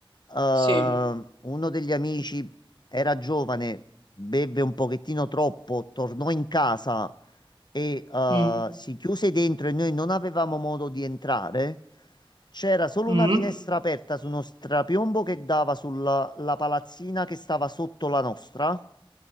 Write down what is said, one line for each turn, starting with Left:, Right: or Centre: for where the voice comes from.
Left: eh,
Right: Sì.
Left: uno degli amici era giovane, beve un pochettino troppo, tornò in casa e eh,
Right: Mm,
Left: si chiuse dentro e noi non avevamo modo di entrare. C'era solo
Right: mm,
Left: una finestra aperta su uno strapiombo che dava sulla la palazzina che stava sotto la nostra.